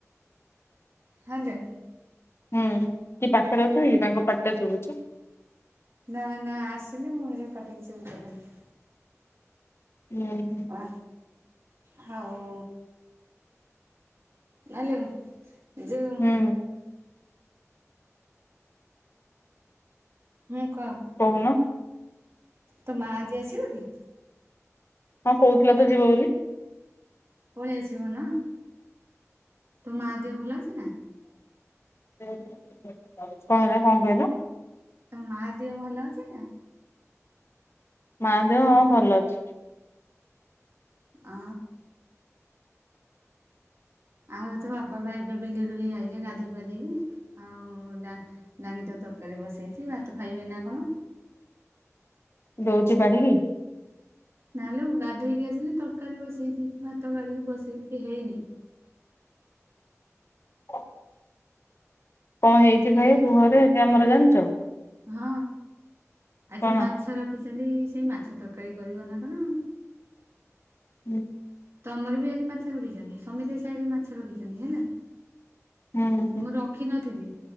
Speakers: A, on the right (about 55°); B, on the left (about 50°).
A: ହାଁଲେ
B: ହୁଁ କିଏ ପାଖରେ ଅଛନ୍ତି କି ତାଙ୍କ ପାଟିଟା ଶୁଭୁଚି?
A: ନା ନା ଆସିଲେ ମୁଁ ହେଯୋଗୁ ପାଟିକୁ ଚୁପୁ କରିଦେଲି।
B: ଉ ହୁଁ।
A: ଆ ହାଉ ନାଇଲୋ ଯୋଉଁ
B: ହୁଁ
A: ହୁଁ କ
B: କହୁନ
A: ତୋ ମା ଆଜି ଆସିବ ଟି?
B: ହଁ କହୁଥିଲା ତ ଯିବ ବୋଲି।
A: ପଳେଇ ଆସିବ ନା, ତୋ ମା ଦେହ ଭଲ ଅଛି ନା?
B: କଣ ହେଲା କଣ କହିଲ?
A: ତୋ ମା ଦେହ ଭଲ ଅଛି ନା।
B: ମା ଦେହ ହଁ ଭଲ ଅଛି।
A: ଆ ଆଉ ତ ବାପା ବା ଏବେ ବିଲରୁ ହେଇ ଆଇଲେ ଗାଧୋଇ ପାଧେଇକି। ଆଉ ଡାଙ୍ଗି ଦ ତରକାରୀ ବସେଇଛି ଭାତ ଖାଇବେ ନା କଣ?
B: ଦଉଛି ବାଢିକି।
A: ନାଲୋ ଗାଧେଇକି ଆସିଲି ତରକାରୀ ବସେଇଛି, ଭାତ ଗାଳିକି ବସେଇଛି ହେଇନି।
B: <inaudible> କଣ ହେଇଛିି
A: ହେଲେ
B: ଖାଇବାକୁ ଘରେ ଆମର ଜାଣିଛ?
A: ହଁ ଆଜି
B: କଣ?
A: ମାଛ ରଖିଛନ୍ତି, ସେଇ ମାଛ ତରକାରୀ କରିବ ନା କଣ?
B: ହୁଁ।
A: ତମର ବି ଆଜି ମାଛ ରଖିଛନ୍ତି ସମିତି ସାହିରେ ମାଛ ରଖିଛନ୍ତି ହେଲା।
B: ହୁଁ ହୁଁ
A: ମୁଁ ରଖିନଥିଲି